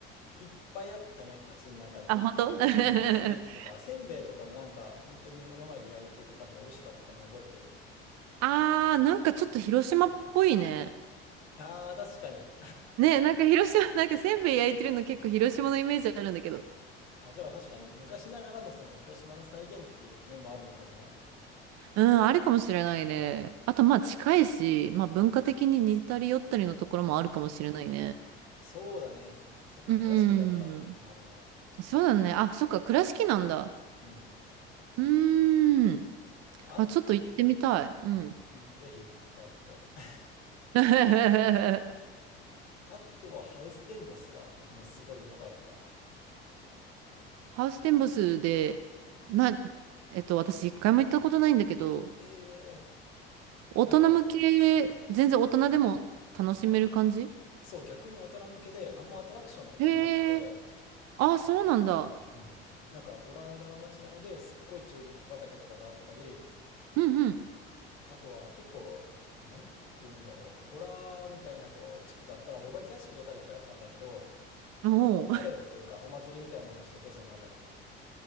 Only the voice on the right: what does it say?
あ、本当 <laughs>
ああなんかちょっと広島っぽいね。
ね、なんか広島、なんかせんべい焼いてるの結構広島のイメージあるんだけど。
うん、あるかもしれないね。あとまあ近いし、まあ文化的に似たり寄ったりのところもあるかもしれないね。
うん。
そうだね。あ、そっか、倉敷なんだ。
うーん。
あ、ちょっと行ってみたい。うん。
<laughs> ハ
ウステンボスで、な、えっと、私一回も行ったことないんだけど、
大人向け、
全然大人でも楽しめる感じ
へえ。あ、そうなんだ。
うん
うん。
おう